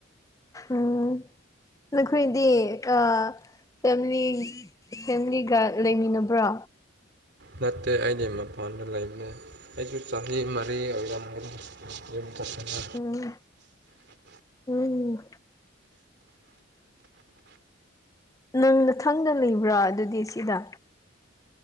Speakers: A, on the left (about 15°); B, on the right (about 55°).
A: ꯎꯝ ꯅꯈꯣꯏꯗꯤ ꯑ ꯐꯦꯝꯂꯤ ꯐꯦꯝꯂꯤꯒ ꯂꯩꯃꯤꯟꯅꯕ꯭ꯔꯥ
B: ꯅꯠꯇꯦ ꯑꯩꯗꯤ ꯃꯄꯥꯟꯗ ꯂꯩꯕꯅꯦ ꯑꯩꯁꯨ ꯆꯍꯤ ꯃꯔꯤ ꯑꯣꯏꯔꯝꯒꯅꯤ ꯌꯨꯝ ꯆꯠꯇꯕ
A: ꯎꯝ ꯎꯝ ꯅꯪ ꯅꯊꯪꯗ ꯂꯩꯕ꯭ꯔꯥ ꯑꯗꯨꯗꯤ ꯁꯤꯗ